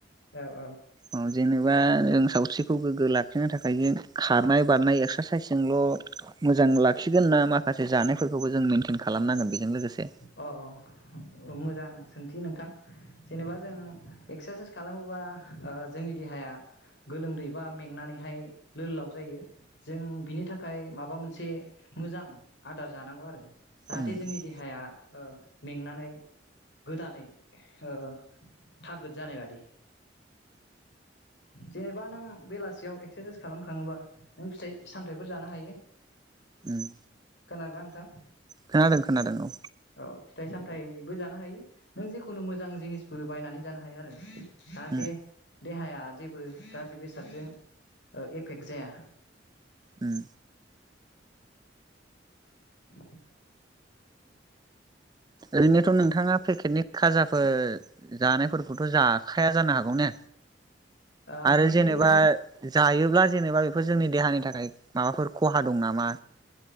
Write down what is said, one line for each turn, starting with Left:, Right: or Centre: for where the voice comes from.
Left: औ औ
Right: औ जेनेबा जों सावस्रिखौ गोग्गो लाखिनो थाखाय जों खारनाय बारनाय एक्सारसाइसजोंल' मोजां लाखिगोन ना मा माखासे जानायफोरखौ जों मिन्थिनो खालामनांगोन बेजों लोगोसे
Left: अ औ मोजां सोंथि नोंथां जेनेबा जों एक्सारसाइस खालामोबा ओ जोंनि देहाया गोलोमदै बा मेंनानैहाय लो लाव जायो जों बिनि थाखाय माबा मोनसे मोजां आदार जानांगौ आरो जाहाथे
Right: उम
Left: जोंनि देहाया ओ मेंनानै गोदानै ओ थागोद जानाय बादि जेनेबा नों बेलासियाव एक्सारसाइस खालाम खाङोबा नों फिथाइ सामथायाइफोर जानो हायो
Right: उम
Left: खोनादोंदां नोंथां
Right: खोनादों खोनादों औ
Left: औ फिथाइ सामथायाइबो जानो हायो नों जेखुनु मोजां जिनिसबो बायनानै जानो हायो आरो जाहाथे
Right: उम
Left: देहाया जेबो गाज्रि बेसादजों एफेक्ट जाया
Right: उम
Left: <inaudible>
Right: ओरैनोथ' नोंथाङा पेकेटनि खाजाफोर जानायफोरखौथ' जाखाया जानो हागौ ने
Left: आं
Right: आरो
Left: बिदि
Right: जेनेबा जायोब्ला जेनेबा बेफोर जोंनि देहानि थाखाय माबाफोर खहा दं नामा?